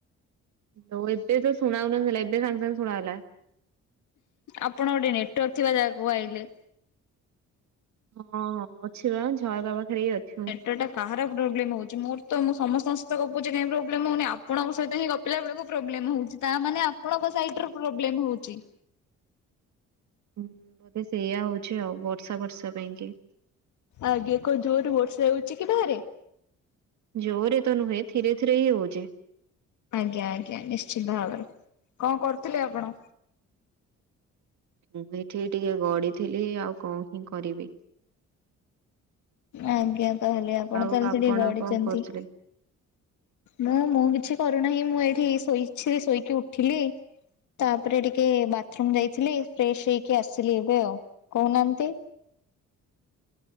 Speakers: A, on the right; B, on the left.
A: ତ ଏବେ ତ ସୁଣା ହୋଉନଥିଲା ଏବେ ସାଂଗେ ସାଂଗେ ଶୁଣାଗଲା।
B: ଆପଣ ଗୋଟେ ନେଟୱାର୍କ ଥିବା ଜାଗାକୁ ଆଇଲେ
A: ହଁ ହଁ ଅଛି ବା ଝରକା ପାଖରେ ଅଛି। ମୁଁ।
B: ଏଇଟା କାହାର ପ୍ରୋବ୍ଲେମ ହୋଉଛି? ମୋର ତ ମୁଁ ସମସ୍ତଙ୍କ ସହିତ ଗପୁଛି କାହିଁ ପ୍ରୋବ୍ଲେମ ହୋଉନି ଆପଣଙ୍କ ସହିତ ହିଁ ଗ ପିଲା ବେଳକୁ ପ୍ରୋବ୍ଲେମ ହଉଛି ତା ମାନେ ଆପଣଙ୍କ ସାଇଡ୍ ରୁ ପ୍ରୋବ୍ଲେମ ହୋଉଛି।
A: ହୁଁ ବୋଧେ ସେଇଆ ହଉଛି ଆଉ ବର୍ଷା ବର୍ଷା ପାଇଁ କି
B: ଆଜ୍ଞା କଣ ଜୋର ରେ ବର୍ଷା ହେଉଛି କି ବାହାରେ?
A: ଜୋର ଏ ତ ନୁହେ ଧୀରେ ଧୀରେ ହି ହୋ।
B: ଆଜ୍ଞା ଆଜ୍ଞା ନିଶ୍ଚିନ୍ତ ଭାବରେ କଣ କରୁଥିଲେ ଆପଣ?
A: ମୁଁ ବି ଏଇଠି ଟିକେ ଗଢଥିଲି ଆଉ କଣ ହିଁ କରିବି?
B: ଆଜ୍ଞା ତାହାଲେ ଆପଣ
A: ଆଉ
B: ତାହେଲେ ସେଠି ଗଡ଼ିଛନ୍ତି?
A: କଣ କରୁଥିଲେ?
B: ମୁଁ ମୁଁ କିଛି କରୁନାହିଁ ମୁଁ ଏଇଠି ଶୋଇଛି ଶୋଇକି ଉଠିଲି ତାପରେ ଟିକେ ବାଥରୁମ ଯାଇଥିଲି ଫ୍ରେଶ ହେଇକି ଆସିଲି ଏବେ ଆଉ। କହୁନାହାନ୍ତି?